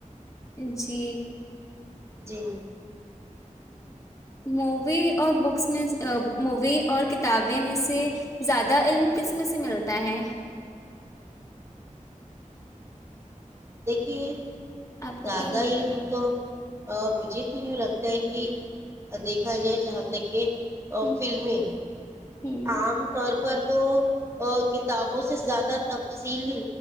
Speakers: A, on the left (about 25°); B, on the right (about 20°).
A: جی
B: جی
A: مووی اور بکس میں مووی اور کتابیں میں سے زیادہ علم کسمس سے ملتا ہے
B: دیکھیے
A: آپ کو
B: زیادہ
A: کیا لگتا
B: علم
A: ہے
B: تو مھے تو یوں لگتا ہے کہ دیکھا جائے جہاں تک کہ
A: ہ
B: فلممی
A: ہ
B: عام طور پر تو کتابوں سے زیادہ تفصیل